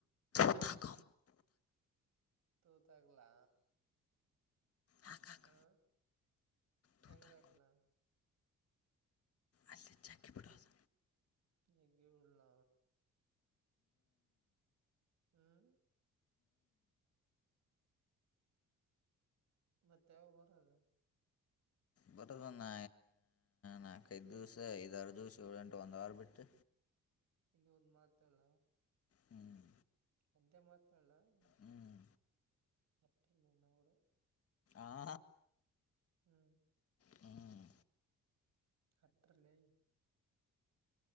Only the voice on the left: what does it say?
ಥಕ್ಕ ತಥಕ್ಕ
ಹಾಕಾಕ
ತೂತಾಕ
ಅಲ್ಲಿ ಜಗ್ಗಿ ಬಿಡೋದು
ಬರದಾ ನಾ ನಾಲ್ಕೈದು ದಿವ್ಸ ಐದಾರು ದಿವಸ ಹಳ ಉಂಟು ಒಂದ ವಾರ ಬಿಟ್ಟು
ಹ್ಮ್
ಹ್ಮ್
ಆ
ಹ್ಮ್